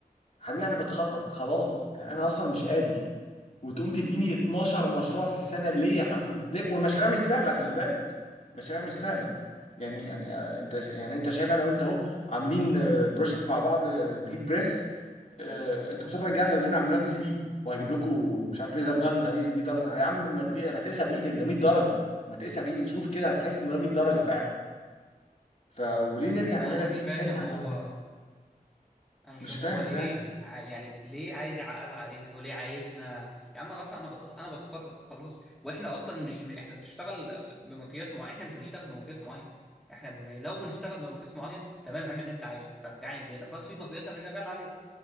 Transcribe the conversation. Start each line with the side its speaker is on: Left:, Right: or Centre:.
Left: حبيبي انا بتخرج خلاص يعني انا اصلا مش قادر وتقوم تديني 12 مشروع في السنه ليه يا عم ليه والمشاريع مش سهله خلي بالك مشاريع مش سهله يعني يعني آه، انت يعني انت شايف انا وانت اهو عاملين بروجكت مع بعض آه، الهيت بريس آه، الدكتور رجعنا يقول لنا اعملوها بي سي بي وهجيب لكم مش عارف ليزر جن اي اس بي درجه يا عم ما ت- ما تقيسها بايدك ده 100 درجه ما تقيسها بايدك شوف كده هتحس ان هي 100 درجه فعلا ف وليه نرجع نعملها
Centre: انا
Left: بي
Centre: مش
Left: سي
Centre: فاهم
Left: بي تاني طب ما
Centre: هو عشان
Left: مش
Centre: هو
Left: فاهم
Centre: ليه
Left: فعلا
Centre: ع- يعني ليه عايز يعقد علينا وليه عايزنا يا عم خلاص انا بت... انا بتخرج خلاص واحنا اصلا مش احنا بنشتغل بمقياس معين احنا مش بنشتغل بمقياس معين احنا بن... لو بنشتغل بمقياس معين تمام اعمل اللي انت عايزه رجعني لان خلاص في مقياس انا شغال عليه